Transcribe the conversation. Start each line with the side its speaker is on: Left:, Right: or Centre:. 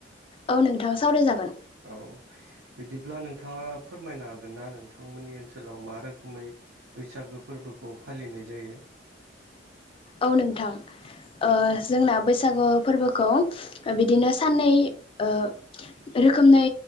Left: औ नोंथाङा सावरायजागोन
Right: औ बिदिब्ला नोंथाङा फोरमायनो हागोन ना नोंथांमोननि ओनसोलाव मा रोखोमै बैसागो फोरबोखौ फालिनाय जायो।
Left: औ नोंथां ओ जोंना बैसागु फोरबोखौ बिदिनो साननै ओ रोखोमनै